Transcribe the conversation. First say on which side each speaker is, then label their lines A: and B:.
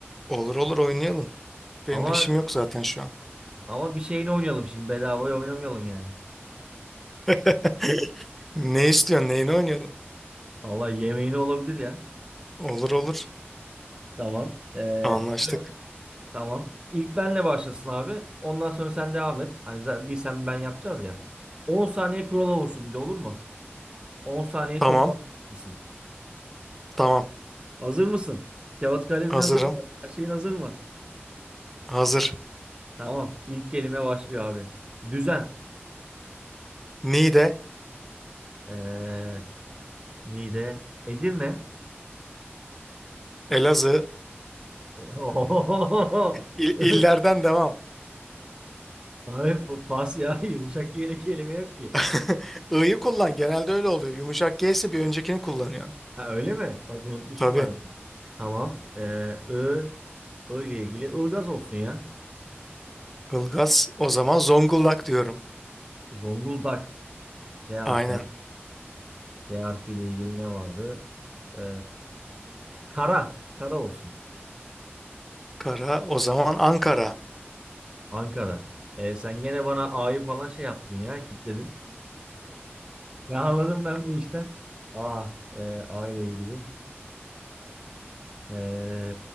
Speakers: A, in the centre; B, on the right (about 25°).
A: Olur olur oynayalım. Benim
B: Ama
A: de işim yok zaten şu an.
B: ama bir şeyini oynayalım şimdi. Bedavaya oynamayalım yani.
A: <laughs> Ne istiyorsun? Neyini oynayalım?
B: Valla yemeğini olabilir ya.
A: Olur olur.
B: Tamam. Ee,
A: Anlaştık.
B: tamam. İlk benle başlasın abi. Ondan sonra sen devam et. Hani zaten bir sen ben yapacağız ya. 10 saniye kural olsun bir de olur mu? 10 saniye
A: Tamam.
B: çok fazla mısın?
A: Tamam.
B: Hazır mısın? Kağıt kalemin
A: Hazırım.
B: hazır mı? Her şeyin hazır mı?
A: Hazır.
B: Tamam. İlk kelime başlıyor abi. Düzen.
A: Niğde,
B: Ee, Niğde. Edirne.
A: Elazığ.
B: <laughs> Ohohoho.
A: İl
B: <laughs>
A: illerden devam.
B: Abi pa- pas ya <laughs> yumuşak yelek kelime yok ki.
A: <laughs> I'yı kullan. Genelde öyle oluyor. Yumuşak G'si bir öncekini kullanıyorsun.
B: Ha öyle mi? Bak unutmuştum
A: Tabii.
B: ben. Tamam. Ee, Ö, Ö ile ilgili Ilgaz olsun ya.
A: Ilgaz o zaman Zonguldak diyorum.
B: Zonguldak. K harfi.
A: Aynen.
B: K harfi ile ilgili ne vardı? Ee, Kara. Kara olsun.
A: Kara o zaman Ankara.
B: Ankara. Ee, sen gene bana A'yı falan şey yaptın ya. Kitledin. Ne anladım ben bu işten? A. E, A ile ilgili. Ee,